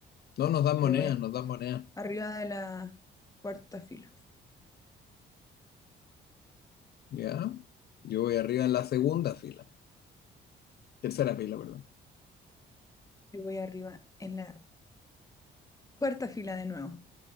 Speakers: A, on the left; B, on the left.
A: No, nos dan
B: Yo
A: monedas,
B: voy
A: nos dan monedas.
B: arriba de la cuarta fila.
A: Ya. Yo voy arriba en la segunda fila. Tercera pila, perdón.
B: Yo voy arriba en la cuarta fila de nuevo.